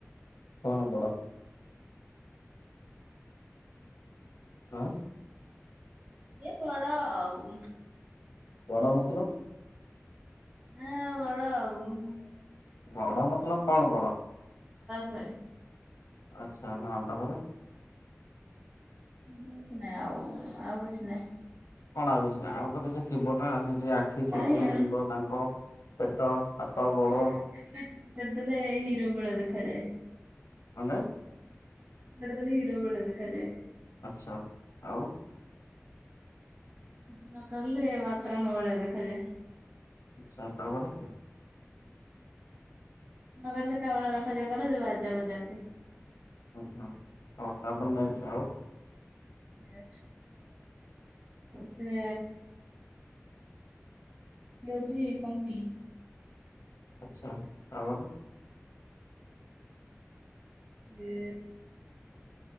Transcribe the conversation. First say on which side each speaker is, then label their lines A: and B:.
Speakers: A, on the left; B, on the right.
A: କଣ ବଡ଼? ହଁ!
B: ଇଏ ବଡ ଆଉ
A: ବଡ଼ା ମତଲବ?
B: ହଁ ବଡ଼ ଆଉ।
A: ବଡ ମତଲବ କଣ ବଡ?
B: ସରେ
A: ଆଚ୍ଛା ହଁ ତାପରେ
B: ବ ନାଇଁ ଆଉ ଆଉ କିଛି ନହିଁ।
A: କଣ ଆଉ କିଛି ନା ଆଉ ତ କିଛି ଥିବ ନା କିଛି ଆଖି ଚୁଟି
B: ଆରେ ହଁ
A: ମୁଣ୍ଡ ତାଙ୍କ ପେଟ ହାତ ଗୋଡ
B: ହଁ ସେଠିକା ଚୁଟି କରିଦେଲେ ହିରୋ ବଳ ଦେଖାଯାଏ
A: କଁଟେ?
B: କଡ଼ଦଲେ ହୀରୋ ଭଳି ଦେଖା ଯାଏ।
A: ଆଛା ଆଉ
B: ଚୁଟି ନ କାଟିଲେ ବତାର ଙ୍କ ପରି ଦେଖା ଯାଏ।
A: ଆଛା ତା ପରେ
B: କିଲେ କାମଳ ଦେଖାଯାଏ ଗଲା ସେ ବାଜା ବଜାନ୍ତି।
A: ହଁ ହଁ ହଉ ତାପ ନାଇସ ଆଉ।
B: ନେ ସେ <unintelligible>
A: ଆଛା ତାପରେ
B: ହେ